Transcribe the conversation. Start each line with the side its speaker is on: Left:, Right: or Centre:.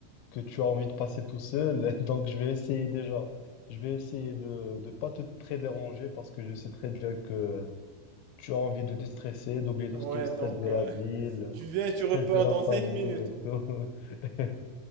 Left: que tu as envie de passer tout seul. <laughs> Donc, je vais essayer déjà. Je vais essayer de ne pas te très déranger parce que je sais très bien que tu as envie de te stresser, d'oublier tout
Right: Ouais,
Left: ce qui est stress
Right: donc
Left: de la
Right: euh,
Left: ville,
Right: tu viens et tu
Left: stress
Right: repars
Left: de la
Right: dans
Left: famille
Right: 5 minutes.
Left: et tout. <laughs>